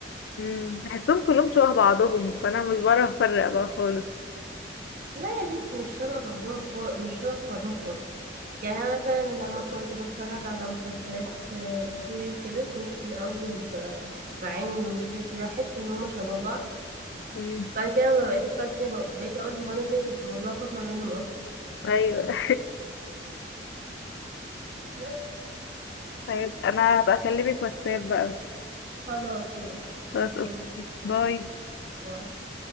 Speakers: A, on the left (about 70°); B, on the right (about 50°).
A: مم. بحسهم كلهم شبه بعضهم فانا مش بعرف افرق بقى خالص
B: لا يا بنتي مش شبه بعضهم خالص مش شبه بعضهم خالص يعني انا مثلا لما كنت بتفرج على مسلسلات آه، كوري وكده كنت في الاول ب- بعاني من مشكلة ان أنا احس ان هما شبه بعض
A: مم.
B: بعد كده لما بقيت اتفرج تاني بق- بقيت اقول هو انا ازاي كنت بتلخبط ما بينهم اصلا
A: ايوه <laughs>
B: لا،
A: طيب انا هبقى اكلمك واتساب بقى
B: خلاص ماشي
A: خلاص
B: كمل
A: اوكي باي
B: باي